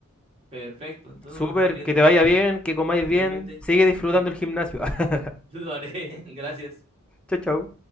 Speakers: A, on the right; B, in the centre.
A: Perfecto, entonces
B: Súper,
A: nos vamos viendo.
B: que te vaya bien, que comáis
A: Igualmente,
B: bien. Sigue disfrutando
A: <laughs>
B: el gimnasio. <laughs>
A: lo haré. <laughs> Gracias.
B: chau chao.